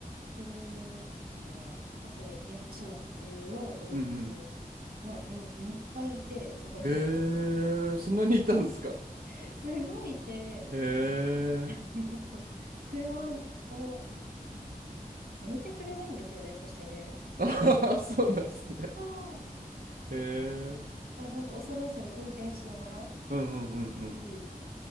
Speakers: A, on the right; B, on the right.
A: ていう、あの、まあ、その屋久島特有の動物がもういっぱいいて、
B: うんうん。
A: そこら中に。
B: へえ、そんなにいたんですか
A: <laughs> すごいいて、
B: へえ。
A: あの、車をどいてくれないんですよね、そしてね。
B: <laughs> あははそうなんですね。
A: そう
B: へえ。
A: だから本当恐る恐る運転しながら
B: うんうんうん
A: うん。